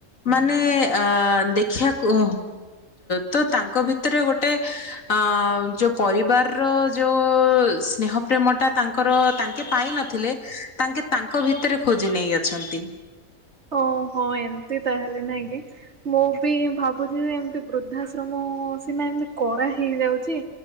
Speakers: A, on the left (about 65°); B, on the right (about 50°).
A: ମାନେ ଅ ଦେଖିବାକୁ ତ ତାଙ୍କ ଭିତରେ ଗୋଟେ ଅ ଯୋଉ ପରିବାରର ଯୋଉ ସ୍ନେହ ପ୍ରେମ ଟା ତାଙ୍କର ତାଙ୍କେ ପାଇନଥିଲେ ତାଙ୍କେ ତାଙ୍କ ଭିତରେ ଖୋଜି ନେଇ ଅଛନ୍ତି।
B: ଓ ହଁ ଏମତି ତାହେଲେ ନାଇଁ କି ମୁଁ ବି ଭାବୁଛି ଯେ ଏମତି ବୃଦ୍ଧାଶ୍ରମ ସିନା ଏମିତି କରା ହେଇଯାଉଛି